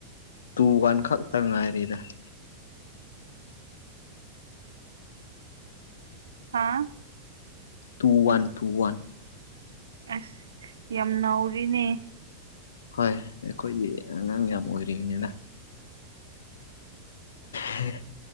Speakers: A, on the left; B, on the right.
A: ꯇꯨ ꯋꯥꯟ ꯈꯛꯇꯥ ꯉꯥꯏꯔꯤꯗ <inaudible>
B: ꯍꯥꯥ
A: ꯇꯨ ꯋꯥꯟ ꯇꯨ ꯋꯥꯟ
B: ꯑꯁ ꯌꯥꯝ ꯅꯧꯔꯤꯅꯦ
A: ꯍꯣꯏ ꯑꯈꯣꯏꯗꯤ ꯑꯉꯥꯡ ꯌꯥꯝ ꯑꯣꯏꯔꯤ ꯅꯤꯅꯦ ꯍꯦ